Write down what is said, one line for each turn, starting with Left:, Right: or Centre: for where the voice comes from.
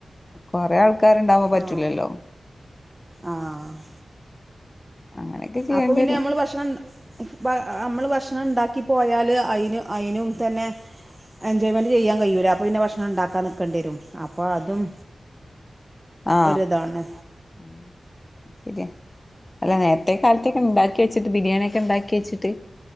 Left: കൊറേ ആൾ ആൾക്കാർണ്ടാവാൻ പറ്റൂലല്ലോ
Right: ആഹ് ആഹ്
Left: അങ്ങനെയൊക്കെ ചെയ്യേണ്ടി
Right: അപ്പൊ പിന്നെ
Left: വരും
Right: നമ്മള് ഭക്ഷണം ഫ് ബ അമ്മള് ഭക്ഷണം ഇണ്ടാ ‌ക്കി പോയാല് അയിന് അയിനും തന്നെ എൻജോയ്മെന്റ് ചെയ്യാൻ കഴിയൂലാ അപ്പോ പിന്നെ ഭക്ഷണം ഇണ്ടാക്കാൻ നിക്കേണ്ടി വരും അപ്പ അതും
Left: ആ
Right: ഒരിതാണ്
Left: അത് ശരിയാ അല്ല നേരത്തെ കാലത്തേക്കെ ഇണ്ടാക്കി വെച്ചിട്ട് ബിരിയാണിയൊക്കെ ഇണ്ടാക്കി വെച്ചിട്ട്